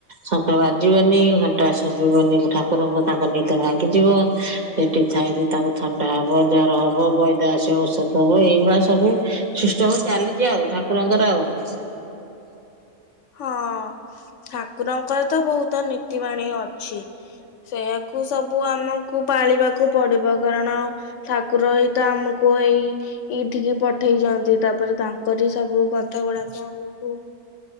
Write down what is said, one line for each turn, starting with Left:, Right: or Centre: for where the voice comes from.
Right: ଶଙ୍ଖ ବାଜିବନି ଘଣ୍ଟା ଶୁଭିବନି ଠାକୁରଙ୍କୁ ତାଙ୍କ ନିଦ ଭାଙ୍ଗିଯିବ। ସେଠି ଥାଇକି ତାଙ୍କୁ ଥଣ୍ଡା ହବ ଜର ହବ ବଇ ସିଏ ଆସିବ ଔଷଧ ଦବ ଏଇଭଳିଆ ସବୁ ସିଷ୍ଟମ ଚାଲିଛି ଆଉ ଠାକୁରଙ୍କର ଆଉ <inaudible>
Left: ହଁ ଠାକୁରଙ୍କର ତ ବହୁତ ନୀତି ବାଣୀ ଅଛି ସେୟାକୁ ସବୁ ଆମକୁ ପାଳିବାକୁ ପଡିବ କାରଣ ଠାକୁର ହିଁତ ଆମକୁ ଏଇ ଏଇଠିକି ପଠେଇ ଯନ୍ତି ତାପରେ ତାଙ୍କୁ କରି ସବୁ କଥା ଗୁଡାକ ଆମକୁ